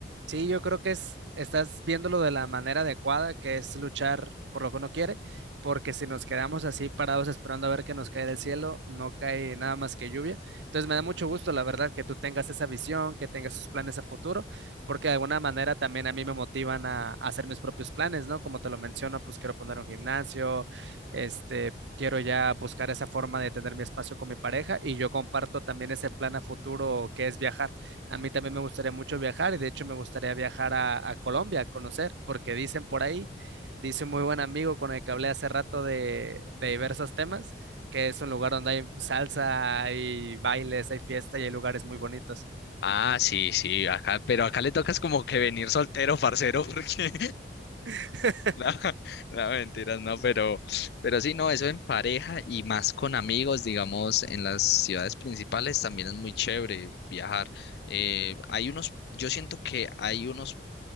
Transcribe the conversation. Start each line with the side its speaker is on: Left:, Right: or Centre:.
Right: Sí, yo creo que es, estás viéndolo de la manera adecuada, que es luchar por lo que uno quiere, porque si nos quedamos así parados esperando a ver que nos cae del cielo, no cae nada más que lluvia. Entonces me da mucho gusto, la verdad, que tú tengas esa visión, que tengas esos planes a futuro, porque de alguna manera también a mí me motivan a, a hacer mis propios planes, ¿no? Como te lo menciono, pues quiero poner un gimnasio, este... Quiero ya buscar esa forma de tener mi espacio con mi pareja y yo comparto también ese plan a futuro que es viajar. A mí también me gustaría mucho viajar y de hecho me gustaría viajar a, a Colombia a conocer, porque dicen por ahí, dice un muy buen amigo con el que hablé hace rato de, de diversos temas, que es un lugar donde hay salsa, hay bailes, hay fiesta y hay lugares muy bonitos.
Left: Ah, sí, sí, acá, pero acá le tocas como que venir soltero, <laughs> parcero, porque
Right: <laughs>
Left: No, <laughs> no, mentiras, no, pero, pero sí, no, eso en pareja y más con amigos, digamos, en las ciudades principales también es muy chévere viajar. Eh, hay unos, yo siento que hay unos